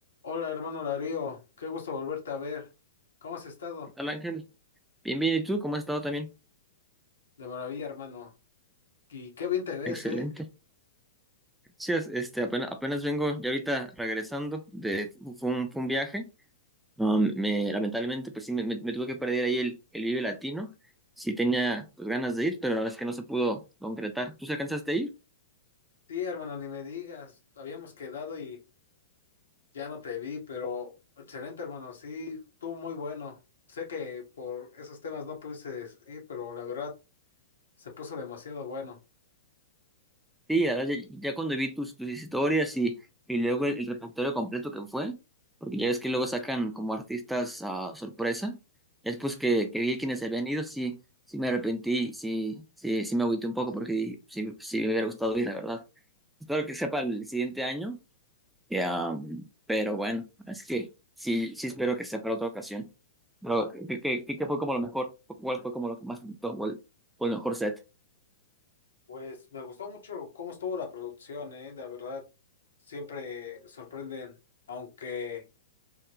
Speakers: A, on the left (about 70°); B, in the centre.
A: Hola, hermano Larío, qué gusto volverte a ver. ¿Cómo has estado?
B: Hola Ángel, bien, bien, ¿y tú? ¿Cómo has estado también?
A: De maravilla, hermano. Y qué bien te ves,
B: Excelente.
A: ¿eh?
B: Sí, es- este, apenas, apenas vengo ya ahorita regresando de, fue un, fue un viaje. No, me, lamentablemente, pues sí, me, me- me tuve que perder ahí el, el Vive Latino. Sí tenía, pues, ganas de ir, pero la verdad es que no se pudo concretar. ¿Tú se alcanzaste a ir?
A: Sí, hermano, ni me digas. Habíamos quedado y ya no te vi, pero excelente, hermano. Sí, estuvo muy bueno. Sé que por esos temas no pudiste ir, pero la verdad se puso demasiado bueno.
B: Sí, la verdad, ya, ya cuando vi tus, tus historias y, y luego el, el repertorio completo que fue, porque ya ves que luego sacan como artistas a sorpresa, ya después que, que vi quienes se habían ido, sí, sí me arrepentí, sí, sí, sí me agüité un poco porque sí, sí me hubiera gustado ir, la verdad. Espero que sea para el siguiente año, ya, um, pero bueno, es que sí, sí espero que sea para otra ocasión. Pero, ¿qué, qué, qué- qué fue como lo mejor? ¿Cuál fue como lo que más te gustó? ¿O el, o el mejor set?
A: Pues me gustó mucho cómo estuvo la producción, ¿eh? La verdad, siempre sorprenden, aunque